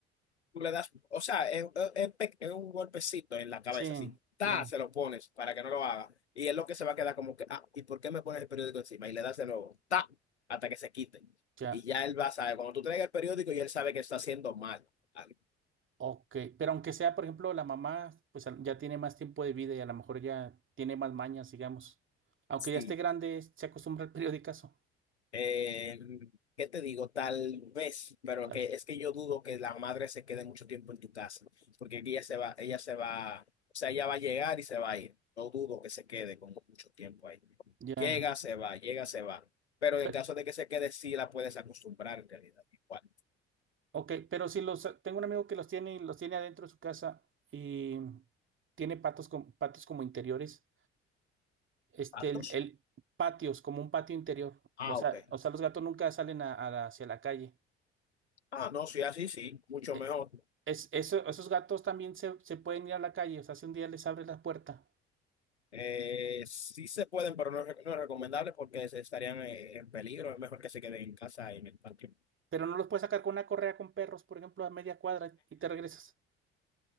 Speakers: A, on the left; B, on the right.
A: Tú le das, o sea, es, es pe- es un golpecito en la cabeza,
B: Sí,
A: así, ta,
B: ya,
A: se lo pones para que no lo haga. Y es lo que se va a quedar como que, ah, ¿y por qué me pones el periódico encima? Y le das de nuevo, ta, hasta que se quite.
B: ya.
A: Y ya él va a saber, cuando tú traigas el periódico, y él sabe que está haciendo mal. Ah,
B: Ok, pero aunque sea, por ejemplo, la mamá, pues al- ya tiene más tiempo de vida y a lo mejor ya tiene más mañas, digamos. Aunque
A: Sí.
B: ya esté grande, se acostumbra al periodicazo.
A: Eh, ¿qué te digo? Tal vez, pero
B: Ah,
A: que es que yo dudo que la madre se quede mucho tiempo en tu casa, porque ella se va, ella se va, o sea, ella va a llegar y se va a ir. No dudo que se quede como mucho tiempo ahí.
B: Ya.
A: Llega, se va, llega, se va. Pero en
B: Pe-
A: caso de que se quede, sí la puedes acostumbrar en realidad. Igual.
B: Ok, pero si los, eh, tengo un amigo que los tiene y los tiene adentro de su casa y tiene patos con, patios como interiores, este,
A: ¿Patos?
B: el, el- patios, como un patio interior.
A: Ah,
B: O sea,
A: ok.
B: o sea, los gatos nunca salen a- a la- hacia la calle.
A: Ah, no, sí, así sí, mucho
B: E-
A: mejor.
B: Es, eso- esos gatos también se, se pueden ir a la calle, o sea, si un día les abres la puerta,
A: Eh, sí se pueden, pero no es, re- no es recomendable porque se estarían eh, en peligro. Es mejor que se queden en casa y en el patio.
B: pero no los puedes sacar con una correa con perros, por ejemplo, a media cuadra y te regresas.